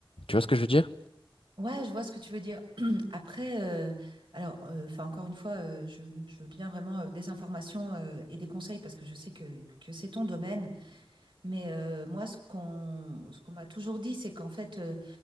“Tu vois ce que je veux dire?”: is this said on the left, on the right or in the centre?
Left